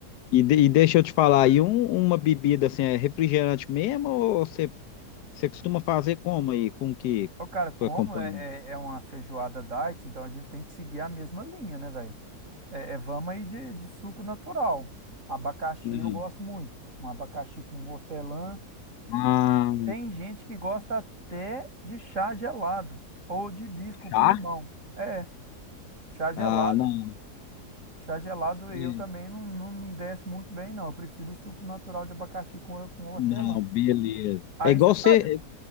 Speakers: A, on the left; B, on the right.
A: E, de- e deixa eu te falar, aí um- uma bebida assim, é refrigerante mesmo, ou você você costuma fazer como aí, com que
B: Ô, cara, como
A: para acompanhar?
B: é, é, é uma feijoada diet, então a gente tem que seguir a mesma linha, né, velho? É, é, vamos aí de, de suco natural. Abacaxi
A: Não.
B: eu gosto muito. Um abacaxi com hortelã.
A: Ah,
B: Tem gente que gosta até de chá gelado ou de hibisco com
A: tá?
B: limão. É, chá gelado.
A: Ah, não.
B: Chá gelado eu
A: é,
B: também não, não me desce muito bem, não. Eu prefiro o suco natural de abacaxi com, com hortelã.
A: Não, beleza.
B: Aí
A: É igual
B: você sabe.
A: você,